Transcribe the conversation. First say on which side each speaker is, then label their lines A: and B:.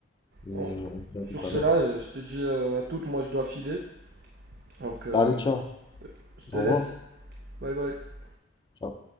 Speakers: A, on the left (about 25°); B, on the right (about 50°).
A: Et euh,
B: Bon,
A: on se dit à tout
B: sur cela,
A: à l'heure, du
B: euh,
A: coup.
B: je te dis euh, à toutes, moi je dois filer. Donc, euh,
A: Allez, ciao.
B: je te
A: Au
B: laisse.
A: revoir.
B: Bye bye.
A: Ciao.